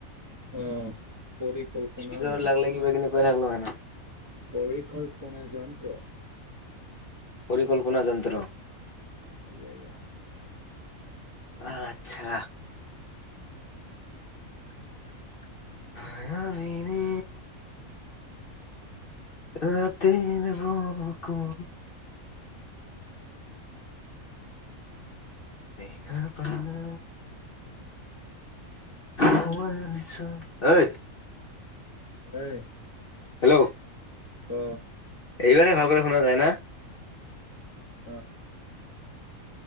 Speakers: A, on the right (about 15°); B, on the left (about 50°).
A: ওহম পৰিকল্পনা
B: স্পীকাৰত
A: যন্ত্ৰ
B: লাগলে কিবা কিনি কৈ থাকলো হয় না
A: পৰিকল্পনা যন্ত্ৰ
B: পৰিকল্পনা যন্ত্ৰ
A: এইয়য়া
B: আত্ছা
A: <inaudible>
B: ময়াবিনি ৰাতিৰ বুকুত দেখা পালো তোমাৰ ছবি ঐ
A: ঐ
B: হেল্লও
A: অহ
B: এইবাৰেই ভালক শুনা যায় ন
A: অহ